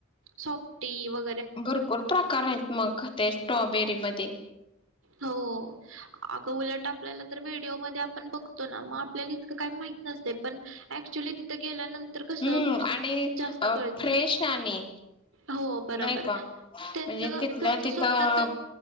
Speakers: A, on the right; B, on the left.
A: सॉफ्टी व
B: भरपूर प्रकार आहेत मग ते स्ट्रॉबेरी मध्ये
A: हो अगं उलट आपल्याला तर व्हिडिओमध्ये आपण बघतो ना मग आपल्याला इतकं काही माहीत नसतयं पण ऍक्च्युली तिथं गेल्यानंतर तर कसं
B: हम्म
A: कि
B: आणि
A: जास्त
B: अ
A: कळतं
B: फ्रेश आणि
A: हो बरोबरं
B: नाही का
A: त्यांच
B: म्हणजे तिथल्या
A: त्यांच
B: तिथं
A: स्वतःच